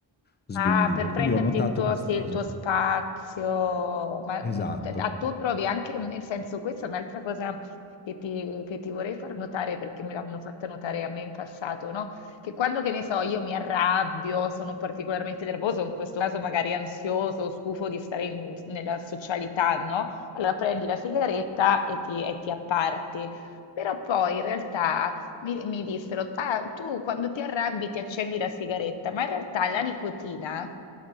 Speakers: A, on the left; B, on the left.
A: sbollire.
B: Ah, per prenderti
A: Quindi ho notato
B: il tuo,
A: questa
B: sì, il
A: cosa
B: tuo
A: qui.
B: spazio, ma
A: Esatto,
B: mm, t- a tu trovi anche, mm, nel senso, questa è un'altra cosa che ti, che ti vorrei far notare perché me l'hanno fatta notare a me in passato, no? Che quando, che ne so, io mi arrabbio, sono particolarmente nervoso, in questo caso magari ansioso, o stufo di stare in- nella socialità, no? Allora prendi la sigaretta e ti, e ti apparti. Però poi in realtà mi, mi dissero, ah, tu quando ti arrabbi ti accendi la sigaretta, ma in realtà la nicotina